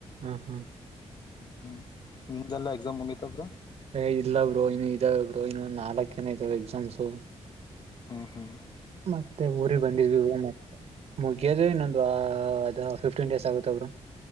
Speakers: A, on the right; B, on the left.
A: ಹ ಹ
B: ಹ್ಮ, ಹ್ಮ್ ನಿಮ್ದೇಲ್ಲ ಎಕ್ಸಾಮ್ ಮುಗಿತಾ ಬ್ರೋ
A: ಏಯ್ ಇಲ್ಲ ಬ್ರೋ ಇನ್ನು ಇದಾವೆ ಬ್ರೋ ಇನ್ನು ನಾಲಾಕ್ಕೇನ ಇದಾವೇನ ಎಕ್ಸಾಮ್ಸು.
B: ಹ್ಮ್, ಹ್ಮ
A: ಮತ್ತೆ ಊರಿಗೆ ಬಂದಿದ್ವಿ ಮತ್ತ ಮುಗಿಯೋದ ಇನ್ನೊಂದ
B: ಹ್ಮ್
A: ವಾರ ಅದಾ ಫಿಫ್ಟಿನ್ ಡೆಸ ಆಗತ್ತೆ ಬ್ರೋ.